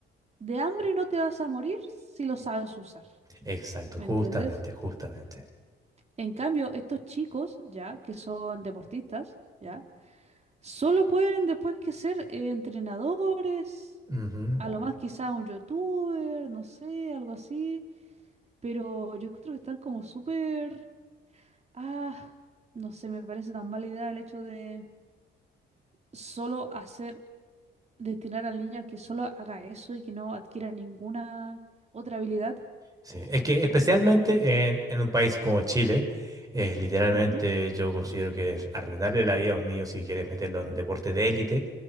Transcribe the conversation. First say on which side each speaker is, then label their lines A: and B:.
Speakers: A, on the right; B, on the right.
A: de hambre no te vas a morir si lo sabes usar,
B: Exacto,
A: ¿me
B: justamente,
A: entiendes?
B: justamente.
A: En cambio, estos chicos, ya, que son deportistas, ya, solo pueden después que ser eh, entrenadores,
B: Ujú.
A: a lo más quizá un youtuber, no sé, algo así, pero yo creo que están como súper, ah, no sé, me parece tan mala idea el hecho de solo hacer, destinar al niño a que solo haga eso y que no adquiera ninguna otra habilidad.
B: Sí, es que especialmente en, en un país como Chile, es literalmente
A: Ujú,
B: yo considero que es arruinarle la vida a un niño si quieres meterlo en deporte de élite